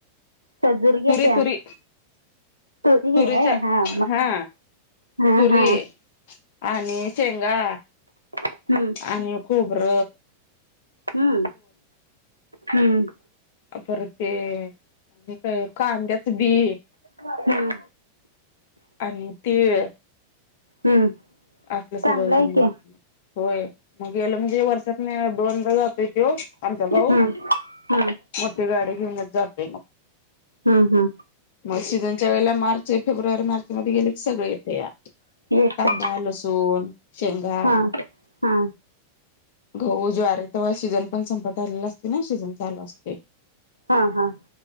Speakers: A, on the right (about 85°); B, on the left (about 50°).
A: सजूर घेत्या
B: तुरी तुरी
A: तुरी
B: तुरीच्या
A: होय मग
B: हा
A: हा
B: तुरी
A: हा
B: आणि शेंगा
A: हम्म
B: आणि खूबर
A: हम्म हम्म
B: पर ते आणि काय कांद्याच बी
A: हम्म
B: आणि तीळ
A: हम्म
B: असलं सगळं
A: चांगलं
B: ज
A: आहे की
B: होय मग याला म्हणजे वर्षात दोनदा जातोय तो आमचा
A: हम्म
B: भाऊ
A: हम्म
B: मोठी गाडी घेऊनच जातोय मग.
A: हा हा.
B: मग सीझनच्या वेळेला मार्च, फेब्रुवारी, मार्चमध्ये गेलं की सगळं येतया.
A: <unintelligible>
B: दा, लसूण, शेंगा
A: हा हा.
B: गहू, ज्वारी तेव्हा सीजन पण संपत झालेलं असतं ना, सीजन चालू असतंय.
A: हा हा